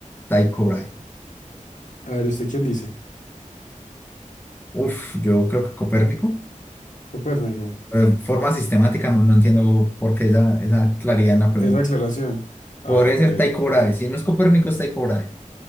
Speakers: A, on the left; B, on the left.
A: Tycho Brahe.
B: A ver, ¿usted quién dice?
A: Uf, yo creo que Copérnico.
B: Copérnico.
A: Eh, forma sistemática, no, no entiendo por qué esa, esa claridad en la pregunta.
B: Esa aclaración. A
A: Podría
B: ver,
A: ser
B: de,
A: Tycho
B: de-
A: Brahe. Si no es Copérnico, es Tycho Brahe.